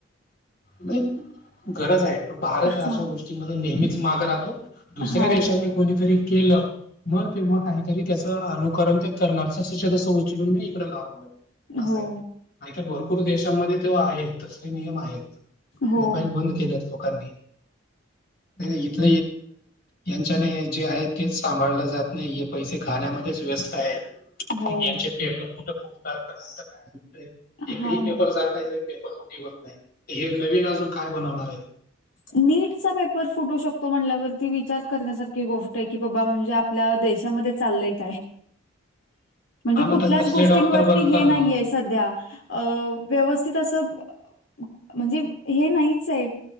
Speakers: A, on the left; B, on the left.
A: नाही गरज आहे पण भारत अशा
B: हां,
A: गोष्टीमध्ये नेहमीच माग राहतो. दुसऱ्या
B: हां.
A: देशांनी कोणीतरी केलं मग तेव्हा काहीतरी त्याचं अनुकरण ते करणारच त तसं उचलून नाही इकडे लावणार असं
B: हो,
A: आहे. नाही तर भरपूर देशांमध्ये तेव आहेत तसले नियम आहेत
B: हो,
A: मोबाईल बंद केले लोकांनी ते इथ यांच्याने जे आहे तेच सांभाळलं जात नाही हे पैसे खाण्यामध्येच व्यस्त आहेत.
B: हो.
A: यांचे पेपर कुठं फुटतात तर कुठ काय एकही
B: हां
A: पेपर
B: ना.
A: जाते तर पेपर फुटी होत नाही, हे नवीन अजून काय बनवणार आहे?
B: नीटचा पेपर फुटू शकतो म्हणल्यावरती विचार करण्यासारखी गोष्ट आहे की बाबा म्हणजे आपल्या देशामध्ये चाललंय काय? म्हणजे
A: हा मग
B: कुठल्याच
A: त- तसले
B: गोष्टींवरती
A: डॉक्टर बनतात
B: हे नाहीये.
A: मग.
B: सध्या अ व्यवस्थित असं म्हणजे हे नाहीच आहे